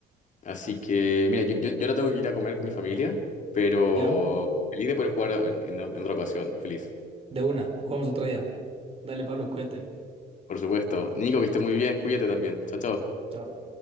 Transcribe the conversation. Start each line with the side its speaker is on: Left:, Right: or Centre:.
Left: Así que, mira, yo, yo, yo ahora tengo que ir a comer con mi familia, pero
Right: Ya,
Left: feliz de poder jugar en, en en otra ocasión, feliz.
Right: de una, jugamos otro día. Dale, Pablo, cuídate.
Left: Por supuesto. Nico, que esté muy bien, cuídate también. Chao, chao.
Right: Chao.